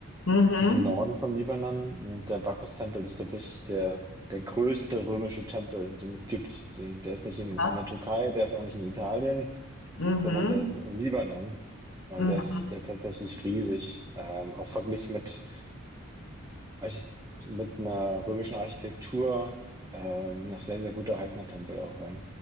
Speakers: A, on the left; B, on the right.
A: Mhm.
B: ist im Norden vom Libanon und der Bacchus-Tempel ist tatsächlich der, der größte römische Tempel, den es gibt. Die, der ist nicht im,
A: Ja.
B: in der Türkei, der ist auch nicht in Italien,
A: Mhm.
B: sondern der ist im Libanon. Und
A: Mhm.
B: der ist, der ist tatsächlich riesig, ähm, auch verglichen mit, Archit- mit einer römischen Architektur, ähm, noch sehr, sehr gut erhaltener Tempel auch. Ja.